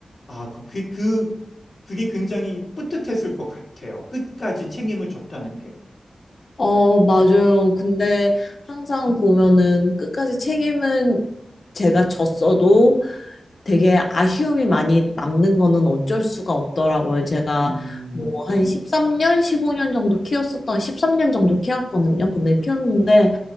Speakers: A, on the left; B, on the left.
A: 아, 그, 그, 그 그게 굉장히 뿌듯했을 것 같아요. 끝까지 책임을 줬다는 게.
B: 어, 맞아요. 근데 항상 보면은 끝까지 책임은 제가 졌어도 되게 아쉬움이 많이 남는 거는 어쩔 수가 없더라고요. 제가
A: 음,
B: 뭐 한 13년, 15년 정도 키웠었던 13년 정도 키웠거든요. 근데 키웠는데